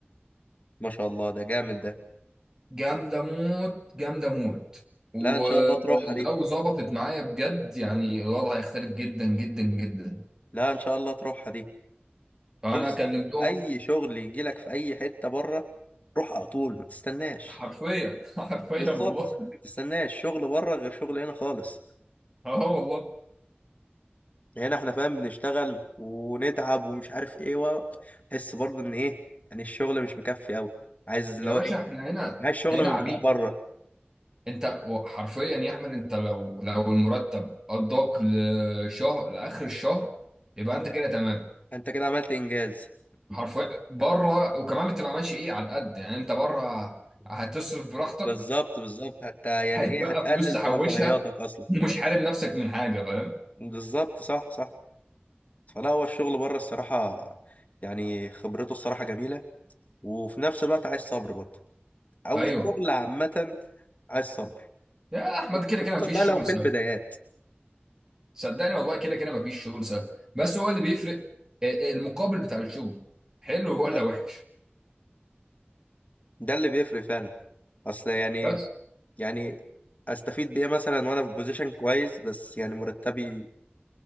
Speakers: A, on the left (about 40°); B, on the right (about 15°).
A: ما شاء الله ده جامد ده
B: جامدة موت جامدة موت ولو
A: لا ان شاء الله تروحها دي
B: ظبطت معايا بجد يعني الوضع هيختلف جدا جدا جدا
A: لا ان شاء الله تروحها دي
B: فأنا
A: بص
B: كلمتهم
A: اي شغل يجي لك في اي حته بره روح على طول ما تستناش
B: حرفيا <laughs> حرفيا
A: بالظبط
B: والله
A: ما تستناش شغل بره غير شغل هنا خالص
B: اه والله
A: هنا احنا فاهم بنشتغل ونتعب ومش عارف ايه و تحس برضه ان ايه يعني الشغل مش مكفي قوي عايز اللي
B: يا
A: هو
B: باشا
A: ايه
B: احنا هنا
A: عايز شغل
B: احنا هنا
A: من
B: عبيد
A: بتاع بره
B: انت حرفيا يا احمد انت لو لو المرتب قضاك لشهر لاخر الشهر يبقى انت كده تمام
A: انت كده عملت انجاز
B: حرفيا بره وكمان بتبقى ماشي ايه على قد يعني انت بره هتصرف براحتك
A: بالظبط بالظبط حتى يعني
B: هيتبقى
A: ايه هتقلل
B: فلوس تحوشها
A: في رفاهياتك اصلا
B: ومش حارم نفسك من حاجه فاهم
A: بالظبط صح صح فلا هو الشغل بره الصراحه يعني خبرته الصراحه جميله وفي نفس الوقت عايز صبر برضه او
B: ايوه
A: الشغل عامه عايز صبر
B: يا احمد كده
A: خصوصا
B: كده مفيش
A: بقى لو
B: شغل
A: في
B: سهل
A: البدايات
B: صدقني والله كده كده مفيش شغل سهل بس هو اللي بيفرق آه، آه، المقابل بتاع الشغل حلو ولا
A: لا
B: وحش
A: ده اللي بيفرق فعلا اصل يعني
B: بس
A: يعني استفيد بايه مثلا وانا في بوزيشن كويس بس يعني مرتبي